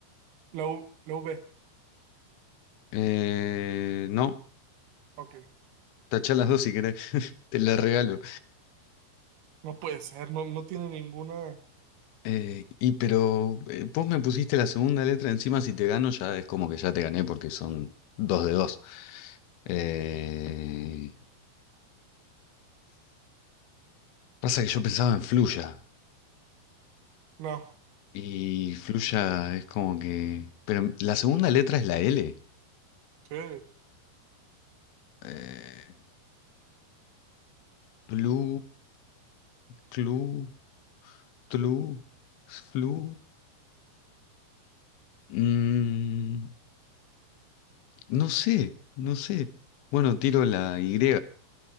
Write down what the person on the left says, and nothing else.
Eh, no.
Tachá las dos si querés. <laughs> Te las regalo.
Eh, y pero eh, vos me pusiste la segunda letra encima, si te gano ya es como que ya te gané porque son dos de dos. Eh, pasa que yo pensaba en Fluya
y Fluya es como que... Pero la segunda letra es la L.
Eh, tlu, clu, tlu, flu. Mm, no sé, no sé. Bueno, tiro la Y.